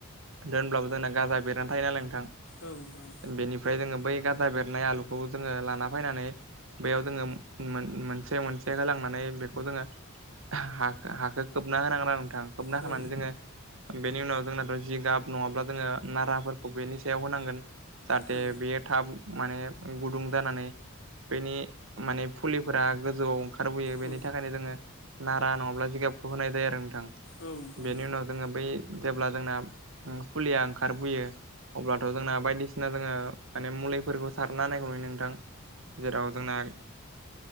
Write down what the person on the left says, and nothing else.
औ नोंथां औ
औ
औ नोंथां औ
औ
औ नोंथां